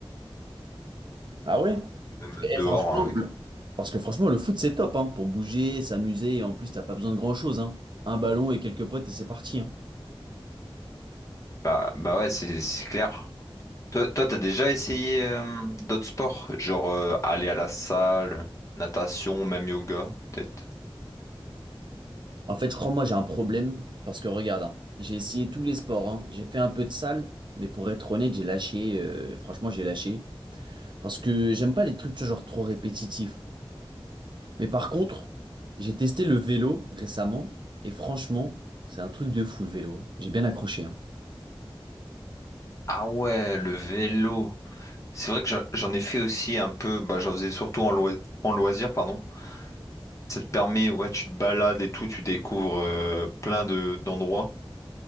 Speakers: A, on the right (about 55°); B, on the left (about 35°).
A: hein. Ah ouais?
B: même
A: Et
B: dehors
A: franchement,
B: hein, avec.
A: le- parce que franchement, le foot, c'est top, hein, pour bouger, s'amuser, et en plus, t'as pas besoin de grand-chose, hein. Un ballon et quelques potes, et c'est parti, hein.
B: Bah bah ouais, c'est c'est clair. Toi, toi, t'as déjà essayé euh, d'autres sports, genre euh, aller à la salle, natation, même yoga, peut-être?
A: En fait, je crois, moi, j'ai un problème, parce que regarde, hein, j'ai essayé tous les sports, hein. J'ai fait un peu de salle, mais pour être honnête, j'ai lâché, euh, franchement, j'ai lâché, parce que j'aime pas les trucs, tu vois, genre, trop répétitifs. Mais par contre, j'ai testé le vélo récemment, et franchement, c'est un truc de fou, le vélo. hein. J'ai bien accroché, hein.
B: Ah ouais, le vélo. C'est vrai que j'en j'en ai fait aussi un peu, bah, j'en faisais surtout en loi- en loisir, pardon. Ça te permet, ouais, tu te balades et tout, tu découvres euh, plein de d'endroits.